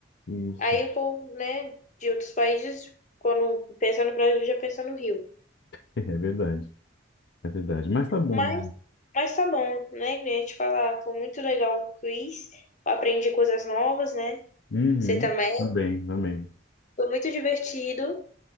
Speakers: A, on the left; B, on the left.
A: hum.
B: Aí o povo, né, de outros países, quando pensa no Brasil, já pensa no Rio.
A: <laughs> É verdade, é verdade. Mas tá bom.
B: Mas Mas tá bom, né? Queria te falar, foi muito legal o quiz. Eu aprendi coisas novas, né?
A: Uhum,
B: Você também.
A: também, também.
B: Foi muito divertido.